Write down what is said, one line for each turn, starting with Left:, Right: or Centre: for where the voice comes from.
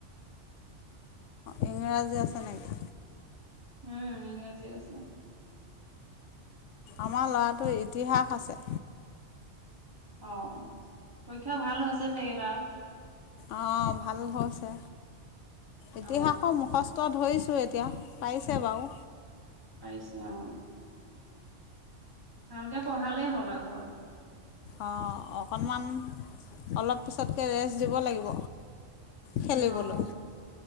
Left: ইংৰাজী আছে নেকি
Right: উম ইংৰাজী আছে
Left: আমাৰ ল'ৰাটোৰ ইতিহাস আছে
Right: অ পৰীক্ষা ভাল হৈছে চাগে তাৰ
Left: অঁ ভাল হৈছে ইতিহাসৰ
Right: অ
Left: মুখ তই ধৰিছোঁ এতিয়া পাইছে বাৰু
Right: পাৰিছে অ ভালকে পঢ়ালেই হ'ল আ ঘৰত
Left: অঁ অকণমান অলপ পিছতকৈ ৰেষ্ট দিব লাগিব খেলিবলৈ
Right: উ আহ